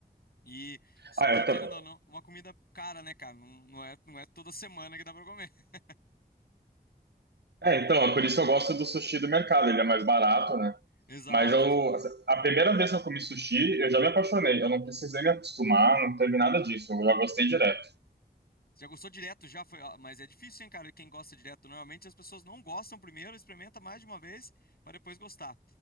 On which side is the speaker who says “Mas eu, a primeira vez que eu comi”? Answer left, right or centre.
Right